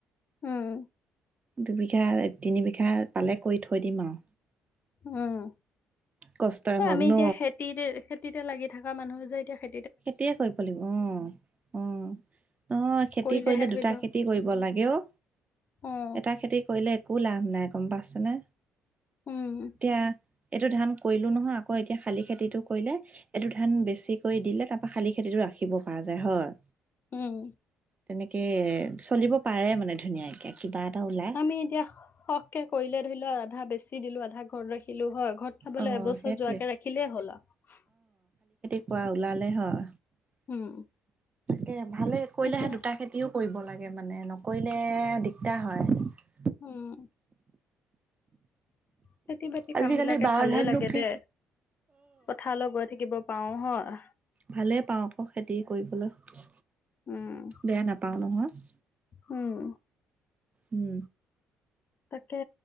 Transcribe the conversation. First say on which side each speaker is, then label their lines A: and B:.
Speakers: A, on the left (about 45°); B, on the right (about 30°).
A: উম,
B: দুবিঘা তিনি বিঘা পালে কৰি থৈ দিম আৰু।
A: উম,
B: কষ্টই হওক
A: আমি
B: ন।
A: এতিয়া খেতিতে খেতিতে লাগি থাকা মানুহ যে এতিয়া খে
B: খতিয়ে কৰিব লাগিব উম, উম। নহয়, খেতি
A: কৰিলেহে
B: কৰিলে
A: ধৰি
B: দুটা
A: ল
B: খেতি কৰিব লাগে অ',
A: অ',
B: এটা খেতি কৰিলে একো লাভ নাই গম পাইছেনে,
A: উম,
B: এতিয়া এইটো ধান কৰিলোঁ নহয় আ আকৌ এতিয়া শালি খেতিটো কৰিলে এইটো ধান বেছি কৰি দিলে তাৰাপৰা শালি খেতিটো ৰাখিব পাৰিলে হয়।
A: উম।
B: তেনেকে। চলিব পাৰে মানে ধুনীয়াকে কিবা এটা ওলাই
A: আমি এতিয়া সখকে কৰিলে ধৰি লও আধা বেছি, দিলো আধা ঘৰলৈ ৰাখিলো হয় ঘৰত খাবলৈ
B: অ
A: এবছৰ
B: সেইটোৱে
A: যোৱাকে ৰাখিলেই হ'ল আৰু
B: কোৱা ওলালে হয়।
A: উম।
B: এ ভালে কৰিলেহে
A: এতিয়া
B: দুটা খেতিও কৰিব লাগে মানে নকৰিলে দিগদাৰ হয়।
A: উম। খেতি বাতি
B: আজিকালি
A: কাম বিলাকে
B: বাও
A: ভালেই
B: ধাননো
A: লাগে
B: কি
A: দে পথাৰলৈ গৈ থাকিব পাৰো হয়
B: ভালেই পাওঁ আকৌ খেতি কৰিবলৈ
A: উম
B: বেয়া নাপাও নহয়।
A: উম
B: উম
A: তাকে